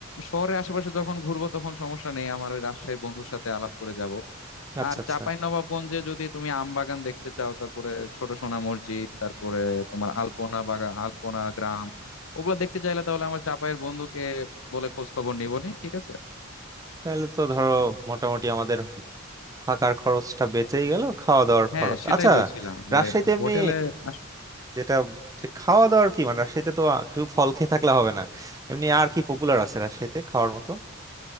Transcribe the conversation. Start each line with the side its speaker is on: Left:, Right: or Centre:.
Left: শহরের আশেপাশে যখন ঘুরবো তখন সমস্যা নেই আমার ওই রাজশাহীর বন্ধুর সাথে আলাপ করে যাব
Right: আচ্ছা
Left: আর
Right: আচ্ছা
Left: চাঁপাই নবাবগঞ্জে যদি তুমি আম বাগান দেখতে চাও তারপরে ছোট সোনা মসজিদ তারপরে তোমার আলপনা বাগান আলপনা গ্রাম ওগুলা দেখতে চাইলে তাহলে আমার চাঁপাইয়ের বন্ধুকে বলে খোঁজ খবর নিবনি ঠিক আছে
Right: তাহলে তো ধরো মোটামুটি আমাদের থাকার খরচটা বেঁচেই গেল খাওয়া দাওয়ার
Left: হ্যাঁ
Right: খরচ
Left: সেটাই
Right: আচ্ছা
Left: বলছিলাম যে
Right: রাজশাহীতে এমনি
Left: হোটেলে আস-
Right: যেটা যে খাওয়া দাওয়ার কি মানে রাজশাহীতে তো শুধু ফল খেয়ে থাকলে হবে না এমনি আর কি পপুলার আছে রাজশাহীতে খাওয়ার মতো